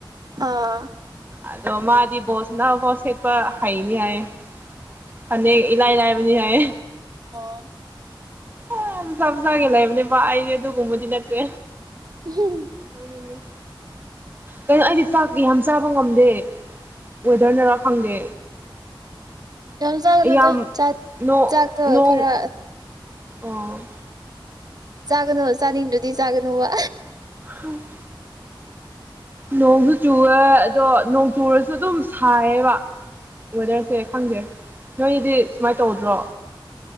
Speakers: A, on the right (about 50°); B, on the right (about 25°).
A: ꯑꯥ
B: ꯑꯗꯣ ꯃꯥꯗꯤ ꯕꯣꯁ ꯅ ꯋꯥꯁꯦꯄ ꯍꯥꯏꯅꯤ ꯍꯥꯏꯌꯦ ꯐꯅꯦꯛ ꯏꯂꯥꯏ ꯂꯥꯏꯕꯅꯤ ꯍꯥꯏꯌꯦ
A: ꯑꯣ
B: ꯑ ꯆꯥꯖꯒꯦ ꯂꯩꯕꯅꯤꯅꯦ ꯑ ꯑꯗꯨꯒꯒꯨꯝꯕꯗꯤ ꯅꯠꯇꯦ
A: ꯎꯝ
B: ꯎꯅꯦ ꯀꯩꯅꯣ ꯑꯩꯗꯤ ꯆꯥꯛꯀꯤ ꯌꯥꯝ ꯆꯥꯕ ꯉꯝꯗꯦ ꯋꯦꯗꯔ ꯅꯔꯥ ꯈꯪꯗꯦ
A: ꯌꯥꯝ ꯆꯥꯒꯅꯨꯗ
B: ꯌꯥꯝ
A: ꯆꯥꯛ
B: ꯅꯣꯡ
A: ꯆꯥꯛꯇꯣ ꯈꯔ
B: ꯑꯣ
A: ꯆꯥꯒꯅꯨ ꯆꯥꯅꯤꯡꯗ꯭ꯔꯗꯤ ꯆꯥꯒꯅꯨꯕ
B: ꯎꯝ ꯅꯣꯡꯁꯨ ꯆꯨꯨꯔꯦ ꯑꯗꯣ ꯅꯣꯡ ꯆꯨꯔꯁꯨ ꯑꯗꯨꯝ ꯁꯥꯏꯌꯦꯕ ꯋꯦꯗꯔꯁꯦ ꯈꯪꯖꯦ ꯅꯣꯏꯒꯤꯗꯤ ꯁꯨꯃꯥꯏꯅ ꯇꯧꯗ꯭ꯔꯣ